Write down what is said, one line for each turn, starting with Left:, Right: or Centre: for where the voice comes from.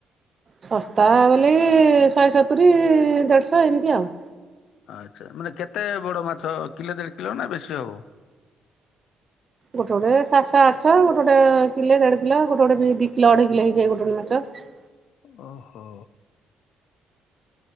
Right: ଶସ୍ତା ବୋଲି ଶହେ ସତ ତୁରି ଦେଢ଼ଶହ ଏମିତି ଆଉ ।
Left: ଆଚ୍ଛା ମାନେ କେତେ ବଡ ମାଛ କିଲୋ ଦେଢ କିଲୋ ନା ବେଶୀ ହବ ।
Right: ଗୋଟେ ଗୋଟେ ସାତଶହ ଆଠଶହ ଗୋଟେ ଗୋଟେ କିଲେ ଦେଢ କିଲ ଗୋଟେ ଗୋଟେ ବି ଦି କିଲ ଅଢ଼େଇ କିଲ ହେଇଯାଏ ଗୋଟେ ଗୋଟେ ମାଛ ।
Left: ଓହୋ